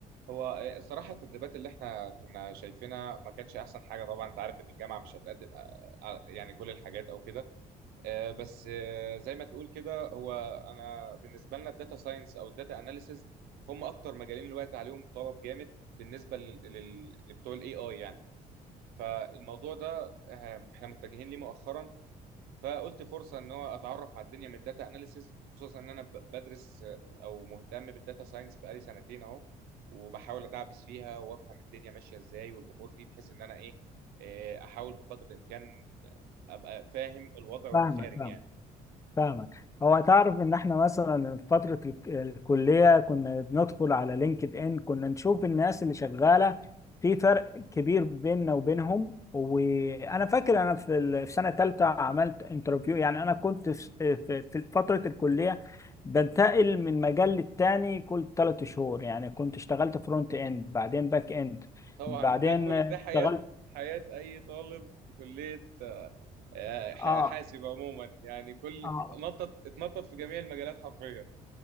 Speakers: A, on the right; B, on the left.
A: هو آه، الصراحه التدريبات اللي احنا كنا شايفينها ما كانتش احسن حاجه طبعا انت عارف ان الجامعه مش هتقدم آه، آه، يعني كل الحاجات او كده آه، بس آه، زي ما تقول كده هو انا بالنسبه لنا الداتا ساينس او الداتا اناليسز هم اكتر مجالين دلوقتي عليهم طلب جامد بالنسبه لل- لل- لبتوع الاي اي يعني فالموضوع ده آه، احنا متجهين ليه مؤخرا فقلت فرصه ان هو اتعرف على الدنيا من الداتا اناليسز خصوصا ان انا ب- بدرس آه، او مهتم بالداتا ساينس بقالي سنتين اهو وبحاول ادعبس فيها وافهم الدنيا ماشيه ازاي والامور دي بحيث ان انا ايه آه، احاول بقدر الامكان ابقى فاهم الوضع وانا
B: فاهمك
A: خارج
B: فاهمك
A: يعني
B: فاهمك هو تعرف ان احنا مثلا في فترة الك- الكلية كنا بندخل على لينكد ان كنا نشوف الناس اللي شغالة في فرق كبير بيننا وبينهم وانا فاكر انا في ال- في سنة تالتة عملت انترفيو يعني انا كنت في في- في فترة الكلية بنتقل من مجال للتاني كل ثلاث شهور يعني كنت اشتغلت فرونت اند بعدين باك اند
A: طبعا
B: بعدين
A: ده كل
B: اشتغلت
A: ده حياة حياة أي طالب في كلية آه، آه،
B: اه
A: حاسب عموما يعني كل
B: اه
A: اتنطط اتنطط في جميع المجالات حرفيا